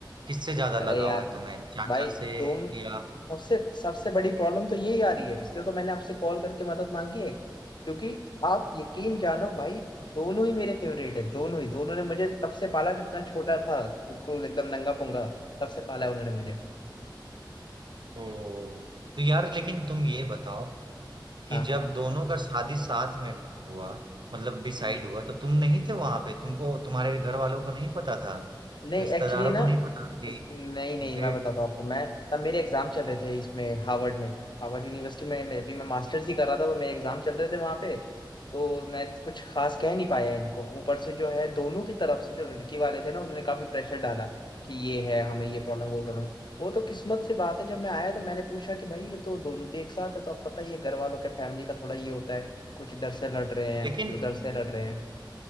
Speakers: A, on the right; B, on the left.
A: किससे ज्यादा लगाव
B: अरे यार
A: है तुम्हें चाचा
B: भाई
A: से
B: तुम
A: या
B: सबसे सबसे बड़ी प्रॉब्लम तो यही आ रही है इसलिए तो मैंने आपसे कॉल करके मदद मांगी है क्योंकि आप यकीन जानो भाई दोनों ही मेरे फेवरेट है दोनों ही दोनों ने मुझे तब से पाला जब मैं छोटा था बिल्कुल एकदम नंगा पुंगा तब से पाला है उन्होंने मुझे
A: ओ तो यार लेकिन तुम ये बताओ कि
B: हाँ
A: जब
B: हाँ
A: दोनों का शादी साथ में हुआ मतलब डिसाइड
B: हम्म, हम्म।
A: हुआ तो तुम नहीं थे वहां पे तुमको तुम्हारे घर वालों को नहीं पता था
B: नहीं
A: रिश्तेदारों
B: एक्चुअली ना
A: को नहीं पता था?
B: एक- नहीं नहीं
A: देव
B: मैं बताता हूँ आपको मैं तब मेरे एग्जाम चल रहे थे इसमें हार्वर्ड में हार्वर्ड यूनिवर्सिटी में मैं अभी मैं मास्टर्स ही कर रहा था तो मेरे एग्जाम चल रहे थे वहां पे तो मैं तो कुछ खास कह नहीं पाया इनको ऊपर से जो है दोनों की तरफ से जो लड़की वाले थे ना उन्होंने काफी प्रेशर डाला कि ये है हमें ये प्रॉब्लम वो प्रॉब्लम वो तो किस्मत से बात है जब मैं आया तो मैंने पूछा कि भाई ये तो दोनों के एक साथ है तो अब पता ही है घर वालों के फैमिली का थोड़ा ये होता है कुछ इधर से लड़ रहे हैं
A: लेकिन
B: कुछ उधर से लड़ रहे हैं